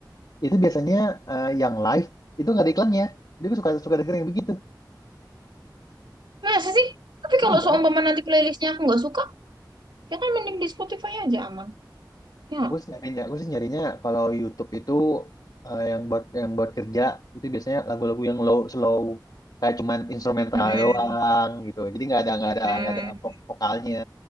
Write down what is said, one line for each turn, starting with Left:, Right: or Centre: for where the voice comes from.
Left: itu biasanya eh, yang live itu nggak ada iklannya. Jadi gue suka suka denger yang begitu.
Right: Masa sih? Tapi
Left: Iya,
Right: kalau seumpama nanti playlistnya aku nggak suka, ya kan mending di Spotify aja aman. Ya.
Left: Aku sih nyarinya, aku sih nyarinya kalau YouTube itu eh, yang buat yang buat kerja itu biasanya lagu-lagu yang low slow kayak cuman instrumental
Right: Mm,
Left: doang gitu. Jadi nggak ada nggak ada
Right: mm.
Left: nggak ada vok- vokalnya.